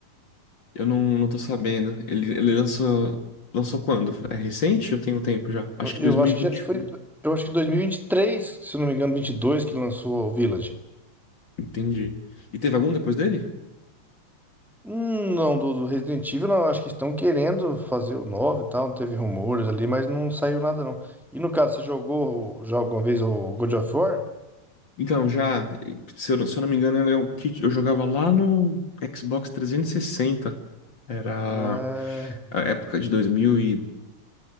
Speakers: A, on the left; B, in the centre.
A: Eu não, não tô sabendo. Ele, ele lançou. Lançou quando? É recente? Eu tenho um tempo já. Acho
B: Eu
A: que 2021.
B: eu acho que já foi, eu acho que 2023, se eu não me engano, 22 que lançou o Village.
A: Entendi. E teve algum depois dele?
B: Hum, Não, do, do Resident Evil, não, acho que estão querendo fazer o 9 e tal, teve rumores ali, mas não saiu nada não. E no caso, você jogou já alguma vez o God of War?
A: Então, já, se eu, se eu não me engano, era o que eu jogava lá no Xbox 360. Era
B: É...
A: a época de 2008,